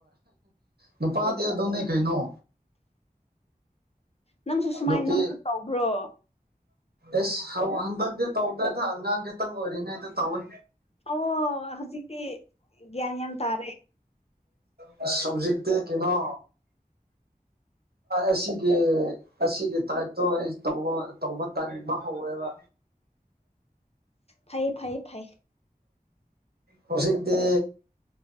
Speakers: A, on the right; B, on the left.
A: ꯅꯨꯄꯥꯗꯤ ꯑꯗꯨꯣꯅ ꯀꯩ ꯅꯣ
B: ꯅꯪꯁꯨ ꯁꯨꯃꯥꯏꯅ
A: ꯅꯨꯄꯤ
B: ꯅꯪꯁꯨ ꯇꯧꯕ꯭ꯔꯣ
A: ꯑꯦꯁ ꯍꯟꯗꯛꯇꯤ ꯇꯧꯗꯗ ꯑꯉꯥꯡ ꯈꯤꯇꯪ ꯑꯣꯏꯔꯤꯉꯩꯗ ꯇꯧꯋꯦ
B: ꯑꯣ ꯍꯧꯖꯤꯛꯇꯤ ꯒ꯭ꯌꯥꯟ ꯌꯥꯝ ꯇꯥꯔꯦ
A: ꯃꯥ ꯁꯣꯖꯤꯤ ꯇ ꯀꯩꯅꯣ ꯑꯁꯤꯒꯤ ꯑꯁꯤꯒꯤ ꯇꯥꯏꯞꯇꯣ ꯑꯩ ꯇ ꯇꯧꯕ ꯇꯟꯕ ꯍꯧꯔꯦꯕ
B: ꯐꯩ ꯐꯩ ꯐꯩ
A: ꯍꯧꯁꯤꯗꯤ